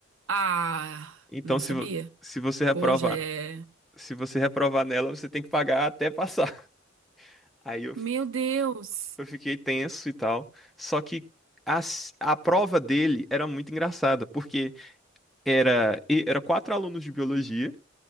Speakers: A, on the right; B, in the centre.
A: Ah,
B: Então,
A: não sabia.
B: se, vo- se você reprovar,
A: Pô, já é.
B: se você reprovar nela, você tem que pagar até passar. <laughs> Aí eu,
A: Meu
B: fi-
A: Deus.
B: eu fiquei tenso e tal. Só que a, s- a prova dele era muito engraçada, porque era, e- era quatro alunos de biologia